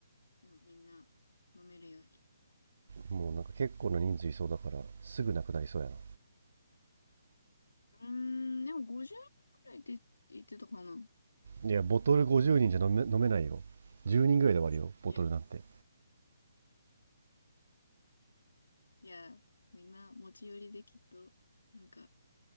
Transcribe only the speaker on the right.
もうなんか結構な人数いそうだからすぐなくなりそうやな。
いや、ボトル50人じゃ飲め飲めないよ。10人ぐらいで終わるよ、
ボトルなんて。